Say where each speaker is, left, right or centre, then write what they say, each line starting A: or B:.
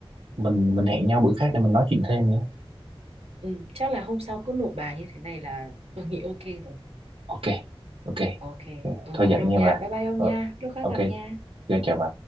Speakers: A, on the right; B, on the right.
A: mình mình hẹn nhau bữa khác để mình nói chuyện thêm nhé
B: Ừ. Chắc là hôm sau cứ nộp bài như thế này là tôi nghĩ ok rồi
A: ok ok
B: ok ừ,
A: thôi
B: cảm
A: vậy
B: ơn ông
A: nha
B: nha
A: bà
B: bye bye ông
A: ờ,
B: nha lúc khác
A: ok
B: gặp nha
A: chào chào bà